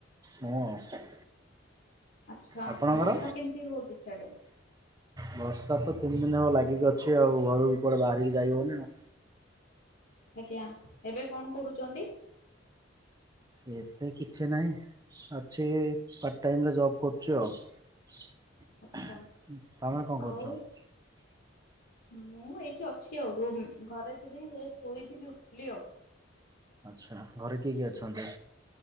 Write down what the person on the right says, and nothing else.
ମୁଁ ଆଉ।
ଆପଣଙ୍କର?
ବର୍ଷା ତ ତିନି ଦିନ ହବ ଲାଗିକି ଅଛି ଆଉ। ଘରୁ ବି କୁଆଡେ ବାହାରିକି ଯାଇ ହଉନି ଆଉ।
ଏବେ କିଛି ନାହିଁ। ଅଛି ପାର୍ଟ ଟାଇମ୍ ରେ ଜବ୍ କରୁଛି ଆଉ। ତୋମେ
କଣ
କରୁଛ? <inaudible>
ଆଚ୍ଛା, ଘରେ କିଏ କିଏ ଅଛନ୍ତି?